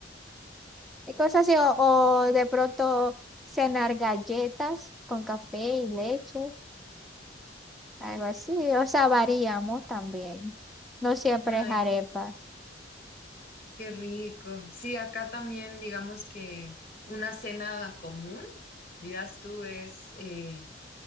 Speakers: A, in the centre; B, on the left.
A: y cosas así. O, o de pronto cenar galletas con café y leche, algo así. O sea, variamos también. No siempre
B: Ay,
A: es arepa.
B: qué rico. Sí, acá también, digamos que una cena común, dirás tú, es eh,